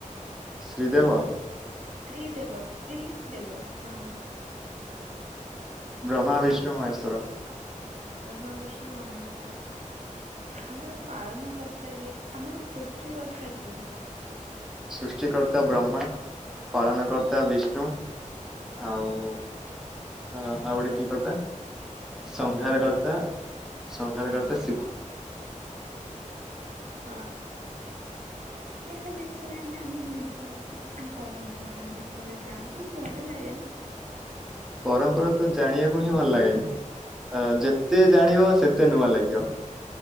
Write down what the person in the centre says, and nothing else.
ଶ୍ରୀଦେବା
ବ୍ରହ୍ମା, ବିସ୍ଟୁ, ମହେଶ୍ୱର।
ସୃଷ୍ଟି କର୍ତ୍ତା ବ୍ରହ୍ମା। ପାଳନ କର୍ତ୍ତା ବିଷ୍ଣୁ ଆଉ ଅ ଆଉ
ଗୋଟେ କି କର୍ତ୍ତା ସଂଘାର
କର୍ତ୍ତା ସଂଘାର
କର୍ତ୍ତା ଶିବ।
ପରମ୍ପରା ତ ଜାଣିଆକୁ ହିଁ ଭଲ୍ ଲାଗେ। ହଁ ଯେତେ ଜାଣିବ ସେତେ ନୂଆ ଲାଗିବ।